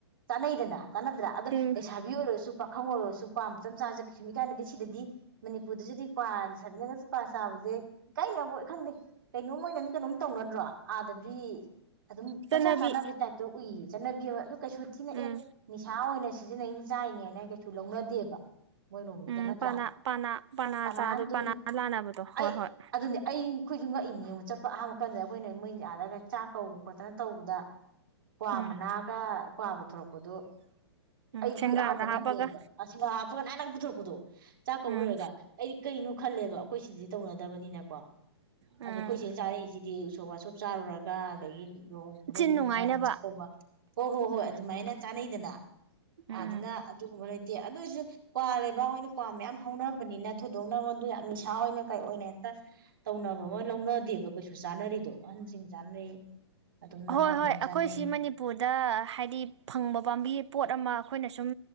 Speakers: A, on the right; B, on the right.
A: ꯆꯥꯅꯩꯗꯅ ꯇꯥꯟꯅꯗ꯭ꯔꯥ ꯑꯗꯣ
B: ꯎꯝ
A: ꯂꯩꯁꯥꯕꯤ ꯑꯣꯏꯔꯁꯨ ꯄꯥꯈꯪ ꯑꯣꯏꯔꯁꯨ ꯀ꯭ꯋꯥ ꯃꯇꯝ ꯆꯥꯖ ꯀꯩꯁꯨ ꯏꯀꯥꯏꯅꯗꯦ ꯁꯤꯗꯗꯤ ꯃꯅꯤ ꯎꯄꯨꯗꯨꯗꯤ ꯀ꯭ꯋꯥꯅ ꯁꯥꯕꯤꯟꯅꯔꯒꯁꯨ ꯀ꯭ꯋꯥꯔ ꯆꯥꯕꯁꯦ ꯏ ꯀꯥꯏꯅꯕ ꯈꯪꯗꯦ ꯀꯩꯅꯣꯝ ꯑꯣꯏꯅ ꯃꯤ ꯀꯩꯅꯣꯝ ꯇꯧꯅꯗ꯭ꯔꯣ ꯑꯥꯗꯗꯤ ꯑꯗꯨꯝ
B: ꯆꯠꯅꯕꯤ
A: ꯄꯪꯆꯥ ꯆꯥꯅꯕꯤ ꯇꯥꯏꯞꯇ ꯎꯏ ꯆꯠꯅꯕꯤ ꯑꯃ ꯑꯗꯨ ꯀꯩꯁꯨ ꯊꯤꯅꯑꯦ
B: ꯎꯝ
A: ꯅꯤꯁꯥ ꯑꯣꯏꯅ ꯁꯤꯖꯤꯟꯅꯩꯅꯤ ꯆꯥꯏꯅꯦꯅ ꯀꯩꯁꯨ ꯂꯧꯅꯗꯦꯕ ꯃꯣꯏꯔꯣꯝꯒꯤꯗ
B: ꯎꯝ
A: ꯅꯠꯇ꯭ꯔꯥ
B: ꯄ ꯄꯅꯥ ꯄꯅꯥ
A: ꯀꯅꯥꯅ
B: ꯆꯥꯗ
A: ꯑꯗꯨꯝ
B: ꯄꯅꯥ ꯂꯥꯟꯅꯕꯗꯣ ꯍꯣꯏ
A: ꯑꯩ
B: ꯍꯣꯏ
A: ꯑꯗꯨꯅꯦ ꯑꯩ ꯑꯩꯈꯣꯏꯁꯨ ꯉꯛꯏꯅꯦ ꯌꯦꯡꯎ ꯆꯠꯄ ꯑꯍꯥꯟꯕ ꯀꯟꯗ ꯑꯩꯈꯣꯏꯅ ꯃꯣꯏ ꯑꯗ ꯆꯥꯛ ꯀꯧꯕ ꯈꯣꯠꯇꯅ ꯇꯧꯕꯗ ꯋꯥ
B: ꯎꯝ
A: ꯃ ꯅꯥꯒꯥ ꯀ꯭ꯋꯥ ꯄꯨꯊꯣꯛꯂꯛꯄꯗꯨ
B: ꯎꯝ
A: ꯑꯩꯈꯣꯏ
B: ꯁꯦꯡꯒꯥꯗ
A: ꯑꯍꯥꯟꯕꯗ
B: ꯍꯥꯞꯄꯒ
A: ꯉꯛꯑꯦꯕ ꯑꯁꯤꯅ ꯑꯗꯨꯒ ꯅꯥꯟꯅ ꯄꯨꯊꯔꯄꯗꯣ ꯆꯥꯛ ꯀꯧ
B: ꯎꯝ
A: ꯂꯣꯏꯔꯒ ꯑꯩꯗꯤ ꯀꯩꯅꯣ ꯈꯜꯂꯦꯕ ꯑꯩꯈꯣꯏ ꯁꯤꯗꯤ ꯇꯧꯅꯗꯕꯅꯤꯅꯀꯣ
B: ꯎꯝ
A: ꯑꯗꯣ ꯑꯩꯈꯣꯏ ꯁꯤ ꯆꯥꯅꯩꯁꯤꯗꯤ ꯎꯁꯣꯞ ꯋꯁꯞ ꯆꯥꯔꯨꯔꯒ ꯑꯗꯒꯤ ꯂꯣ ꯍꯣꯡ ꯈꯨꯗꯣꯡꯒꯤꯁꯨꯅꯨꯡꯉꯥꯏꯅꯤ
B: ꯆꯤꯟ ꯅꯨꯡꯉꯥꯏꯅꯕ
A: ꯆꯥꯛꯀꯧꯕ ꯍꯣ ꯍꯣ ꯍꯣꯏ
B: ꯎꯝ
A: ꯑꯗꯨ ꯃꯥꯏꯅ ꯆꯥꯅꯩ ꯗꯅ
B: ꯎꯝ
A: ꯑꯗꯅ ꯑꯗꯨꯒꯨꯝꯕ ꯂꯩ ꯑꯗꯨ ꯑꯣꯏꯁꯨ ꯀ꯭ꯋꯥ ꯂꯩꯕ ꯑꯣꯏꯅ ꯀ꯭ꯋꯥ ꯃꯌꯥꯝ ꯍꯧꯅꯕꯅꯤꯅ ꯊꯣꯏꯗꯣꯛꯅ ꯃꯗꯨ ꯌꯥꯝ ꯅꯤꯁꯥ ꯑꯣꯏꯅ ꯀꯩ ꯑꯣꯏꯅ ꯍꯦꯛꯇ ꯇꯧꯅꯕ ꯑꯃ ꯂꯧꯅꯗꯦꯕ ꯀꯩꯁꯨ ꯆꯥꯅꯔꯤꯗꯣ ꯑꯍꯟꯁꯤꯡ ꯆꯥꯅꯩ ꯑꯗꯨꯝ ꯅꯍꯥ
B: ꯍꯣꯏ ꯍꯣꯏ
A: ꯃꯌꯥꯝ
B: ꯑꯩꯈꯣꯏꯁꯤ
A: ꯆꯥꯅꯩ
B: ꯃꯅꯤꯄꯨꯔꯗ ꯍꯥꯏꯗꯤ ꯐꯪꯕ ꯄꯥꯝꯕꯤ ꯄꯣꯠ ꯑꯃ ꯑꯩꯈꯣꯏꯅ ꯁꯨꯝ